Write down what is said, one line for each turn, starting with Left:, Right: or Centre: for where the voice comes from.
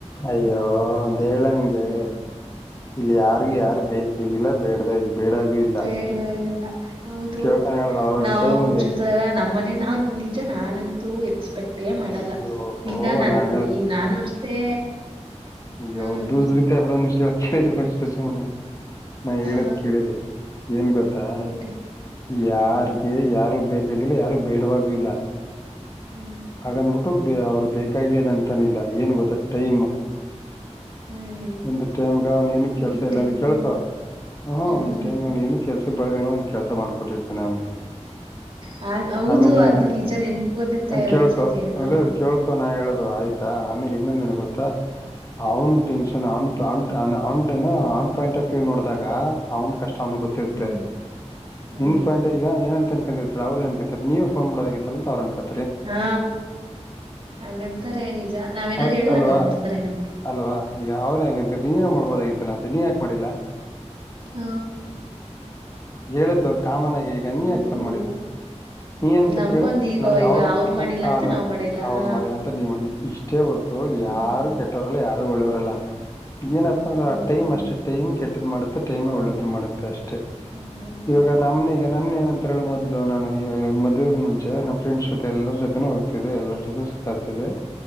Left: ಅಯ್ಯೋ ಒಂದ ಹೇಳ ನಿಂಗೆ
Right: ಹ್ಮ್
Left: ಇಲ್ಲಿ
Right: ಹ್ಮ್
Left: ಯಾರ್ ಯಾರು ಬೇಕಗಿಲ್ಲ ಬೇಡ್ದಾಗ ಬೇಡಾಗೂ ಇಲ್ಲ
Right: ಬಡಾಗಿಲ್ಲ ಹೌದು
Left: ಕೇಳ್ತಾನೆ ಹೇಳ್ದ ಅವ್ರವ್ರ
Right: ನಾವು
Left: ಟೈಮಿಗೆ
Right: ಹುಚ್ಚಿತರಲ್ಲ ನಮ್ಮನೆ ನಾನ್ ನಿಜ ನಾನಂತು ಎಕ್ಸ್ ಎಕ್ಸ್ಪೆಕ್ಟೇ ಮಾಡಲ್ಲ
Left: ಅಯ್ಯೋ
Right: ಈಗ ನನ್
Left: ನಾನ್
Right: ನಾನು ಅಷ್ಟೇ
Left: ಯ
Right: ಹ್ಮ್
Left: ದೂ ರೀತಿ ಅಂದ ಕೇಳಿ ಫಸ್ಟ್ು ಸುಮ್ನೆ ನಾ ಹೇಳದ್
Right: ಹ್ಮ್
Left: ಕೇಳದೆ ಏನ್ ಗೊತ್ತಾ
Right: ಹೇಳಿ
Left: ಯಾರ್ಗೆ
Right: ಹ್ಮ್
Left: ಯಾರು ಬೇಕ ರೆಗ್ಯುಲರ್ ಯಾರು ಬೇಡವಾಗು ಇಲ್ಲ
Right: ಹ್ಮ್
Left: ಹಾಗನ್್ಬಿಟ್ಟು ಬ ಅವ್ರು ಬೇಕಾಗಿಲ್ಲ ಅಂತನಿಲ್ಲ ಏನು ಗೊತ್ತ ಟೈಮ್
Right: ಅಯ್
Left: ಒಂದ್ ಟೈಮ್ಗ ಅವನ್ ಏನು ಕೆಲ್ಸ
Right: ಏನ್
Left: ಇಲ್ಲ
Right: ಟೈಮೋ
Left: ಅಂದ ಕೇಳ್ಕೊ
Right: ಏನೋ.
Left: ಹೂ
Right: ಹ್ಮ್
Left: ಒಂದ್ಟೈಮ್ ನಾನು ಏನು ಕೆಸಕ್ಕೆ ಬರದೇಏನೋ ಒಂದ ಕೆಲಸ ಮಾಡಕೊಟ್ಟಿರ್ತೇನೆ ಅವನ್ಿಗೆ
Right: ಹಾಗ್ ಹೌದು
Left: ಆಮೇಲೆ
Right: ಅದು ನಿಜ ನೆನ್ಪು ಆಗುತ್ತೆ
Left: ಕೇಳ್ಕೊ
Right: ಒಂದೊಂದ್ಸತಿ ಹಾ.
Left: ಅಲ್ಲ ಕೇಳ್ಕೊ ನಾ ಹೇಳದು ಆಯ್ತಾ ಆಮೇಲೆ ಇನ್ನೊಂದಿನ ಗೊತ್ತಾ ಅವ್ನ್ ಟೆನ್ನ್ ಅವ್ನ ಅವ ಅವ ಏನೋ ಅವನ್ ಪಾಯಿಂಟ್ ಆಫ್ ವ್ ನೋಡಿದಾಗ ಅವ್ನ್ ಕಷ್ಟ ನ ಗೊತ್ತಿರುತ್ತೆ
Right: ಹ್ಮ್ ಹ್ಮ್
Left: ಇನ್ ಪಾಯಿಂಟ್ ಈಗ ಏನಂತ ಅವ್ರ ಏ ಕ ನೀವು ಮಾಡದಾಗಿತ್ತು ಅಂತ ಅವ್ರ ಕೆ
Right: ಹಾ ಹಂಗಂತಾರೆ ನಿಜ ನಾವೇನಾದಾರು
Left: ಅಲ್-
Right: ಹೇಳುದ್ರ
Left: ಅಲ್ವಾ
Right: ಹಂಗನ್ ಬಿಡ್ತಾರೆ ನಮ
Left: ಅಲ್ವಾ ಈಗ ಅವ್ರೇ ಹೆಂಗೆ ಅನ್ಕ ನೀನೇ ಮಾಡ್ಬೋದಾಗಿತ್ತಲ್ಲ ಅಂತ ನೀ ಯಾಕೆ ಮಾಡಿಲ್ಲ
Right: ಹ
Left: ಹೇಳ್ದು ಕಾಮನ್ ಆಗಿ ಈಗ ನೀ
Right: ಹ್ಮ್
Left: ಯಾಕೆ ಫೋನ್ ಮಾಡಿಲ್ಲ ನೀ ಏನ್ ಕತಿ
Right: ನಮ್ಗೊಂದ್
Left: ಹೇಳು
Right: ಈಗ
Left: ನನ್ಗ
Right: ಈಗ
Left: ಅವ್ರ
Right: ಅವ್ರು ಮಾಡಿಲ್ಲ
Left: ಅಲ
Right: ಅಂತ ನಾವ್ ಮಾಡಿಲ್ಲ
Left: ಅವರು
Right: ಆ
Left: ಮಾಡಿಲ್ಲ ಅಂತ ನೀವ್ಣ ಇಷ್ಟೇ ಬರ್ತ
Right: ಹ್ಮ್
Left: ಯಾರು ಕೆಟ್ಟರು ಯಾರು ಒಳ್ಳವರಲ್ಲ ಏನಪ್ಪ ಅಂದ್ರೆ
Right: ಹ್ಮ್
Left: ಆ ಟೈಮ್
Right: ಹ್ಮ್
Left: ಅಷ್ಟೆ ಟೈಮ್ ಕೆದ್ ಮಾಡ ಟೈಮೇ ಒಳ್ಳೇದ್ರು ಮಾಡಪ್ಪೆ ಅಷ್ಟೆ
Right: ಹಂಗೇನು
Left: ಇವಾಗ ನಮನಗ ಈಗ ನನ್ನ ಏನ ಅಂತ ಹೇಳ ಮೊಲು ನಾನು ಮದುವೆ ಮುಚೆ ನಮ್ಮ ಫ್ರೆಂಡ್ಸ್ ಜೊ ಎಲ್ಲರ ಜೊತೆ ಹೋಗತಿದೆ ಎಲ್ಲರ ಜೊತೆ ತರ್ತಿದೆ